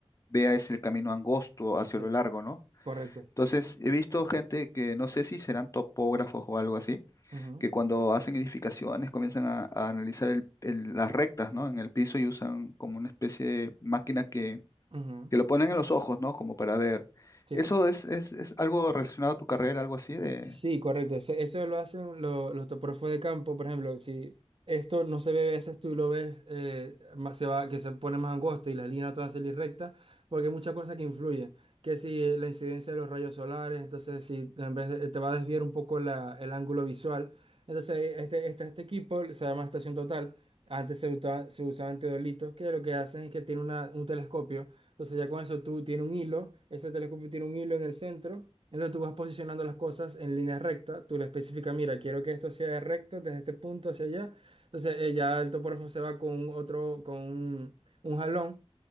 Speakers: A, on the left; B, on the right.
A: vea ese camino angosto hacia
B: Sí,
A: lo largo, ¿no?
B: correcto.
A: Entonces, he visto gente que no sé si serán topógrafos o algo así,
B: ujú,
A: que cuando hacen edificaciones comienzan a, a analizar el- el- las rectas, ¿no? En el piso y usan como una especie de máquina que,
B: ujú,
A: que lo ponen en los ojos, ¿no? Como para ver.
B: Sí.
A: ¿Eso es, es, es algo relacionado a tu carrera, algo así de...
B: Sí, correcto. Eso, eso lo hacen lo- los topógrafos de campo, por ejemplo, si esto no se ve a veces tú lo ves eh, más- se va, que se pone más angosto y la línea toda se recta, porque hay muchas cosas que influyen, que si eh, la incidencia de los rayos solares, entonces si en vez de- te va a desviar un poco la- el ángulo visual, entonces eh, este, este, este equipo se llama estación total, antes se usaba- se usaban teodolitos, que lo que hacen es que tiene una- un telescopio entonces ya con eso tú tienes un hilo, ese telescopio tiene un hilo en el centro, entonces tú vas posicionando las cosas en línea recta, tú le especificas, mira, quiero que esto sea recto desde este punto hacia allá, entonces eh, ya el topógrafo se va con otro, con un, un jalón